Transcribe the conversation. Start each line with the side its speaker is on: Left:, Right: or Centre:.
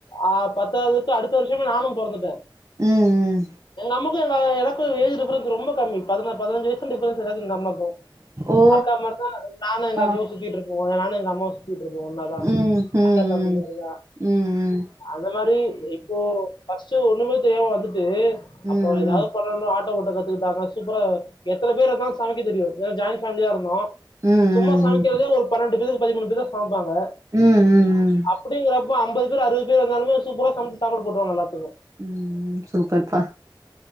Left: ஆஹ் பத்தாவதுக்கு அடுத்த வருஷமே நானும் பொறந்துட்டே
Right: ம் ம் ம்
Left: நமக்கு எ எனக்கு ஏஜ் டிபரன்ஸ் ரொம்ப கம்மி பதின பதின்சு வயசு டிப்ரன்ஸ் எனக்கு நமக்கும்
Right: ஓ
Left: அக்கா மாரி தான் நானும் எங்கஅக்காவும்
Right: ஆ
Left: சுத்திட்டு இருப்போம் போக நானு எகமா த்திட்ருபோ ஒன்னாதா
Right: ம் ம் ம்
Left: அக்கா தம்பி மாரிதா
Right: ம் ம்
Left: அந்த மாரி இப்போ பஸ்ட் ஒண்ணுமே தேவ வந்துட்டு
Right: ம் ம்
Left: அப்ப ஏதாவது பண்ணு ஆ ட்ட ஓட்ட கத்துக்கிட்டாங்க சூப்பரா எத்தன பேர் இருந்த சமைக்க தெரியு ஜாயிண்ட் ஃபேமிலியா இருந்தோ
Right: ம்
Left: சும்மா சமைக்கிறதே ஒரு பன்னெண்டு பேதுக்கு பதிமூனுபேதா சாம்ப் ம்பாங்க
Right: ம் ம் ம்
Left: அப்பிடிங்கிறப் வா அம்பது பேர் அறுது பேர் வந்தாலுமே சூப்பரா சமைச்ச சாப்பாடு போடுறவாங்க எல்லாத்துக்கு
Right: ம் ம் சூப்பர்ப்பா